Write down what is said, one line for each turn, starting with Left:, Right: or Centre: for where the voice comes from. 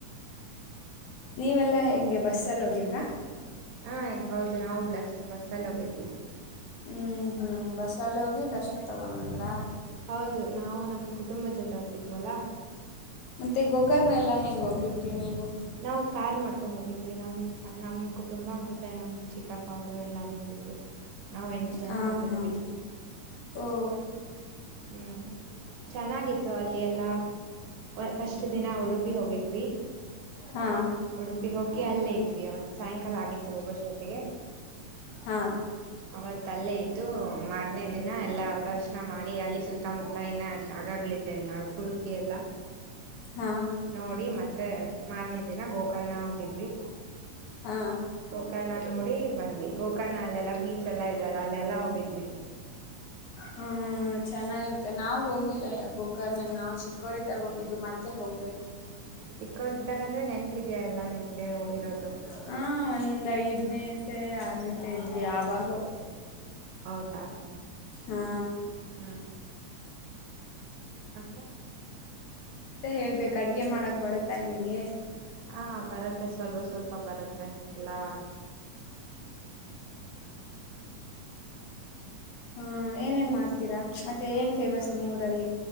Left: ನೀವೆಲ್ಲ ಹೆಂಗೆ ಬಸ್ಸಲ್ಲಿ ಹೋಗಿದ್ರಾ
Right: ಹ ಹೌದು ನಾವು ಬ್ಲಸ್ ಬಸ್ಲ್ಲಿ ಹೋಗಿದ್ವಿ
Left: ಹ್ಮ್ ಹ್ಮ್ ಬಸ್ಸಲ್ಲೇ ಹೋಗಿ ದರ್ಶನ ತಗೊಂಡಂದ್ರ
Right: ಹೌದು ನಾವು ನಮ್ ಕುಟುಂಬ ಜೊತೆ ಹೋಗಿದ್ವಲ್ಲ
Left: ಮತ್ತೆ ಗೋಕರ್ನ ಎಲ್ಲ ಹೆಂಗ ಹೋಗಿದ್ರಿ ನೀವು
Right: ನಾವು ಕಾರ್ ಮಾಡ್ಕೊಂಡ್ ಹೋಗಿದ್ವಿ ನಮ್ ನಮ್ ಕುಟುಂಬ ಮತ್ತೆ ನಮ್ ಚಿಕ್ಕಪ್ಪ ಅವರು ಎಲ್ಲಾ ಬಂದಿದ್ವಿ ನಾವ್ ಎಂಟು ಜನ
Left: ಹಾ
Right: ಹೋಗಿದ್ವಿ
Left: ಹಾ ಓ
Right: ಹ್ಮ್ ಚೆನ್ನಾಗಿತ್ತು ಅಲ್ಲಿ ಎಲ್ಲಾ ಫಸ್ಟ್ ದಿನ ಉಡುಪಿ ಹೋಗಿದ್ವಿ
Left: ಹಾ
Right: ಉಡುಪಿ ಹೋಗಿ ಅಲ್ಲೇ ಇದ ಅವತ್ತ ಸಾಯಂಕಾಲ ಆಗಿತ್ತು ಹೋಗುವಷ್ಟೊತ್ತಿಗೆ
Left: ಹಾ
Right: ಅವರ ತಲೆೆ ಇದ್ದು ಮಾರ್ನೇ ದಿನ ಎಲ್ಲಾ ದರ್ಶನ ಮಾಡಿ ಅಲ್ಲಿ ಸುತ್ತಮುತ್ತ ಇನ್ನ ಜಾಗಗಳಿದೆ ಎಲ್ಲ ಉಡುಪಿ ಎಲ್ಲ
Left: ಹಾ
Right: ನೋಡಿ ಮತ್ತೆ ಮತ್ತೆ ಮಾರ್ನೇ ದಿನ ಗೋಕರ್ಣ ಹೋಗಿದ್ವಿ
Left: ಹಾ
Right: ಗೋಕರ್ಣ ನೋಡಿ ಬಂದ್ವಿ ಗೋಕರ್ಣ ಅಲ್ಲೆಲ್ಲ ಬೀಚ್ ಎಲ್ಲ ಇದದೆಲ್ಲ ಅಲ್ಲೆಲ್ಲಾ ಹೋಗಿದ್ವಿ
Left: ಹ್ಮ್ ಚೆನ್ನಾಗಿರುತ್ತೆ ನಾವ್ ಹೋಗಿಲ್ಲ ಗೋಕರ್ನಾಗ ನಾವು ಚಿಕ್ಕೋರಿದಾಗ ಹೋಗಿದ್ದು ಮತ್ತೆ ಹೋಗ್ಬೇಕು
Right: ಸಿಿಕ್ಕೋರಿದ್ದಾಗ ಅಂದ್ರೆ ನೆನಪಿದ್ಯಾಾ ಎಲ್ಲ ನಿಮ್ಗೆ ಹೋಗಿರೋದು
Left: ಹ ಒಂದ್ ಐದ್ನೇತೆ ಆರನೇತೆ ಇದ್ವಿ ಯಾವಾಗ
Right: ಹೌದಾ
Left: ಹಾ
Right: ಹ್ಮ್ ಮತ್ತ
Left: ಹೇಳ್ಬೇಕ ಅಡ್ಗೆ ಮಾಡಕ್ ಬರುತ್ತಾ ನಿಮಗೆ
Right: ಹಾ ಬರತ್ತೆ ಸ್ವಲ್ಪ ಸ್ವಲ್ಪ ಬರತ್ತೆ ಎಲ್ಲಾ
Left: ಹ್ಮ ಏನೇನ್ ಮಾಡ್ತೀರಾ ಮತ್ತೆ ಏನ್ ಫೇಮಸ್ ನಿಮ್ಮ್ ಊರಲ್ಲಿ